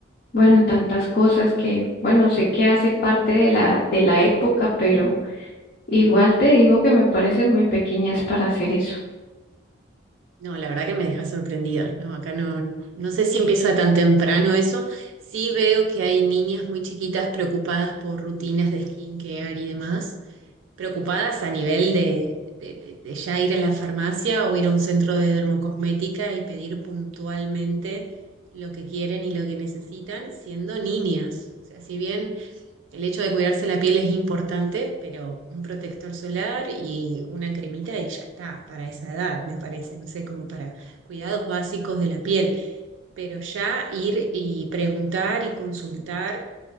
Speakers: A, on the left (about 45°); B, on the right (about 80°).
A: bueno, tantas cosas que, bueno, sé que hace parte de la, de la época, pero igual te digo que me parecen muy pequeñas para hacer eso.
B: No, la verdad que me deja sorprendida. No, acá no, no sé si empieza tan temprano eso. Sí veo que hay niñas muy chiquitas preocupadas por rutinas de skincare y demás, preocupadas a nivel de, de, de- de ya ir a la farmacia o ir a un centro de dermocosmética y pedir puntualmente lo que quieren y lo que necesitan, siendo niñas. O sea, si bien el hecho de cuidarse la piel es importante, pero un protector solar y una cremita y ya está, para esa edad, me parece, no sé, como para cuidados básicos de la piel, pero ya ir y preguntar y consultar